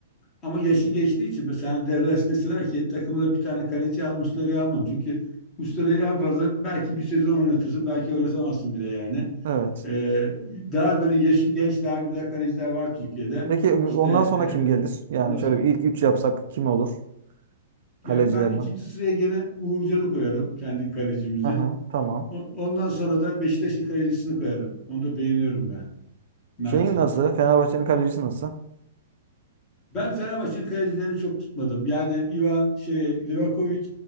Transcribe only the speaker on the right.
Evet.
Peki ıı,
ondan
sonra kim gelir? Yani
şöyle bir ilk üç yapsak kim olur kalecilerden?
Aha, tamam.
Şeyin nasıl? Fenerbahçe'nin kalecisi nasıl?